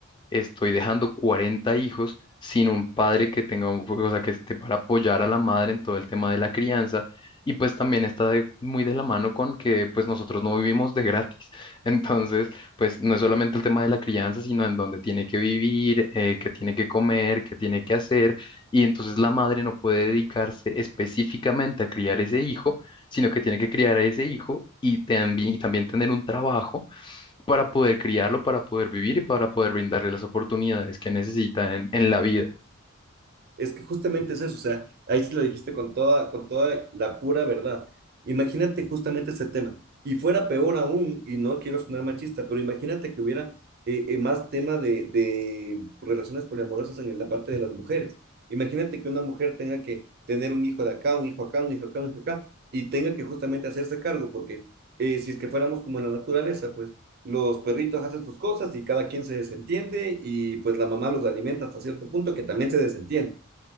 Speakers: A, on the left; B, on the right.
A: estoy dejando 40 hijos sin un padre que tenga un, o sea, que esté para apoyar a la madre en todo el tema de la crianza. Y pues también está de- muy de la mano con que pues nosotros no vivimos de gratis. <laughs> Entonces, pues no es solamente el tema de la crianza, sino en dónde tiene que vivir, eh, qué tiene que comer, qué tiene que hacer. Y entonces la madre no puede dedicarse específicamente a criar ese hijo, sino que tiene que criar a ese hijo y también, y también tener un trabajo para poder criarlo, para poder vivir y para poder brindarle las oportunidades que necesita en, en la vida.
B: Es que justamente es eso, o sea, ahí sí lo dijiste con toda, con toda la pura verdad. Imagínate justamente ese tema. Y fuera peor aún, y no quiero sonar machista, pero imagínate que hubiera eh, eh, más tema de, de relaciones poliamorosas en la parte de las mujeres. Imagínate que una mujer tenga que tener un hijo de acá, un hijo acá, un hijo acá, un hijo acá, y tenga que justamente hacerse cargo, porque eh, si es que fuéramos como en la naturaleza, pues los perritos hacen sus cosas y cada quien se desentiende y pues la mamá los alimenta hasta cierto punto que también se desentiende.